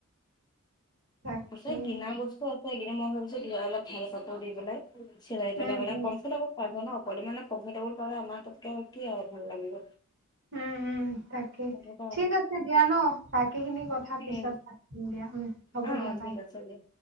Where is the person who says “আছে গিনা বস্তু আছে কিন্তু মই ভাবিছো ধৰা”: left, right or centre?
Left